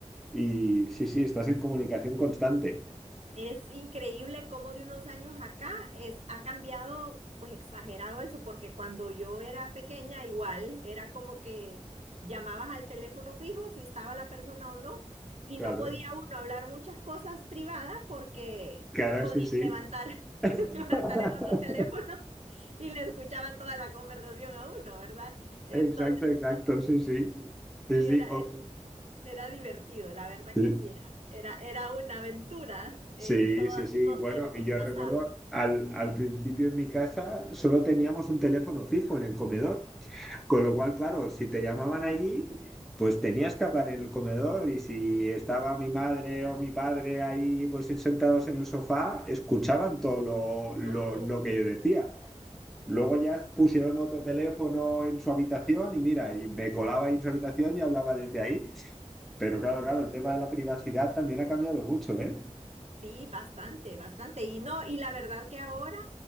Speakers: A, in the centre; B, on the right.
A: y sí, sí, estás en comunicación constante.
B: Es increíble cómo de unos años acá es, ha cambiado, pues exagerado eso, porque cuando yo era pequeña igual era como que llamabas al teléfono fijo si estaba la persona o no, y
A: Claro,
B: no podía uno hablar muchas cosas privadas porque
A: claro,
B: podía
A: sí, sí.
B: levantar,
A: <laughs>
B: <laughs> levantar el otro teléfono <laughs> y le escuchaban toda la conversación a uno, ¿verdad? Entonces,
A: Exacto, exacto,
B: no,
A: sí, sí.
B: sí,
A: Sí, sí.
B: era,
A: o-
B: Era divertido, la verdad
A: sí.
B: que sí, era, era, era una aventura eh,
A: Sí, sí, sí.
B: todo,
A: Bueno,
B: el,
A: y
B: el
A: yo
B: pasado,
A: recuerdo al, al principio en mi casa solo teníamos un teléfono fijo en el comedor, con lo cual, claro, si te llamaban allí, pues tenías que hablar en el comedor y si estaba mi madre o mi padre ahí, pues sentados en el sofá, escuchaban todo lo, lo,
B: todo.
A: lo que yo decía. Luego ya pusieron otro teléfono en su habitación y mira, y me colaba ahí en su habitación y hablaba desde ahí. Pero claro, claro, el tema de la privacidad también ha cambiado mucho, ¿eh?
B: Sí, bastante, bastante. Y no, y la verdad que ahora,